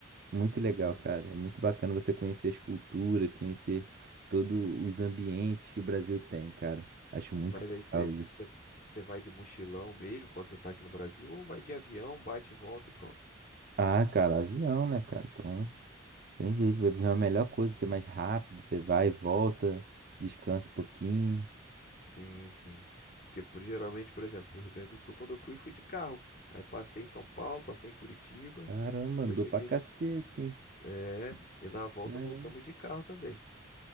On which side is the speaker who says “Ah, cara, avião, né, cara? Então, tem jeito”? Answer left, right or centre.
Right